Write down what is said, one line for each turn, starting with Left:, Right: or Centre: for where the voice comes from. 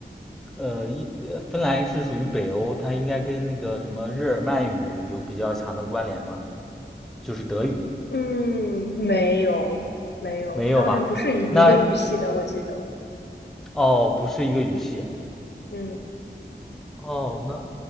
Centre: 呃，一呃芬兰是属于北欧，它应该跟那个什么日耳曼语有比较强的关联吗？就是德语，
Left: 嗯，没有没有，
Centre: 没有吧？
Left: 它好像不是一一个语系的，
Centre: 那
Left: 我记得，
Centre: 哦，不是一个语系。
Left: 嗯。
Centre: 哦，那，